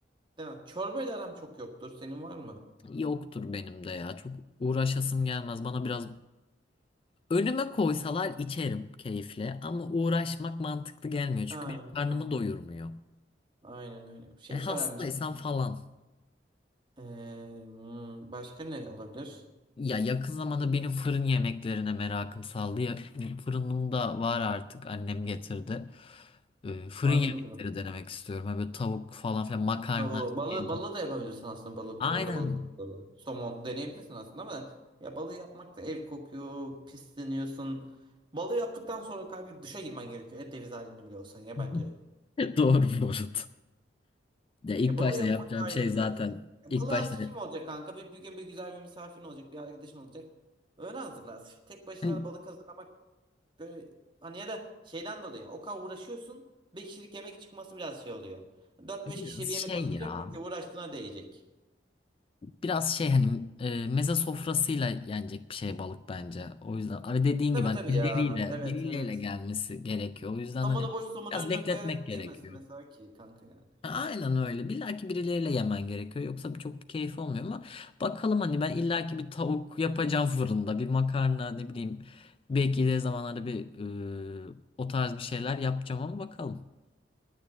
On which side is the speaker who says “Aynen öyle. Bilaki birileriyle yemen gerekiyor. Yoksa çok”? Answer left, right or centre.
Left